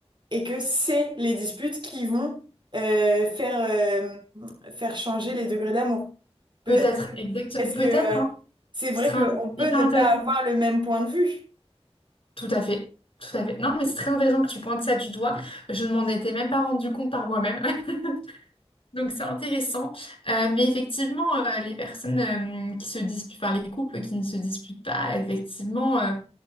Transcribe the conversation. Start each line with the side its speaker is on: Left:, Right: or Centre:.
Right: et que c'est les disputes qui vont euh, faire, euh, faire changer les degrés d'amour. Peut-être
Left: peut-être, exact,
Right: parce que
Left: peut-être,
Right: euh,
Left: hein,
Right: c'est vrai
Left: ce serait
Right: qu'on peut
Left: hyper
Right: ne
Left: intéressant.
Right: pas avoir le même point de vue.
Left: Tout à fait, tout à fait. Non, mais c'est très intéressant que tu pointes ça du doigt. Je ne m'en étais même pas rendu compte par moi-même. <laughs> Donc c'est intéressant. Euh, mais effectivement, euh, les personnes euh, qui se disputent, enfin les couples qui ne se disputent pas, effectivement, euh,